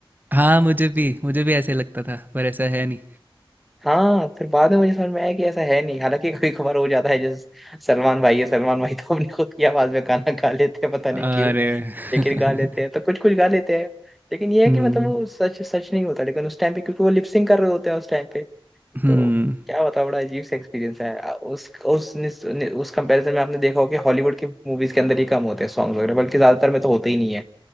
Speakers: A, on the right; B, in the centre.
A: हाँ मुझे भी मुझे भी ऐसे लगता था पर ऐसा है नहीं
B: हाँ फिर बाद में मुझे समझ में आया कि ऐसा है नहीं हालांकि कभी कभार हो जाता है जैसे सलमान भाई है सलमान भाई तो अपनी खुद की आवाज में गाना गा लेते हैं पता नहीं
A: अरे
B: क्यों लेकिन
A: <laughs>
B: गा लेते हैं तो कुछ कुछ गा लेते हैं लेकिन ये है
A: हम्म
B: कि मतलब वो सच सच नहीं होता लेकिन उस टाइम पे क्योंकि वो लिपसिंग कर रहे होते हैं उस टाइम पे
A: हम्म
B: तो क्या बताओ बड़ा अजीब सा एक्सपीरियंस है आ, उस उस निस- नि- उस कंपैरिजन में आपने देखा होगा कि हॉलीवुड की मूवीज के अंदर ही कम होते हैं सॉन्ग्स वगैरह बल्कि ज्यादातर में तो होते ही नहीं है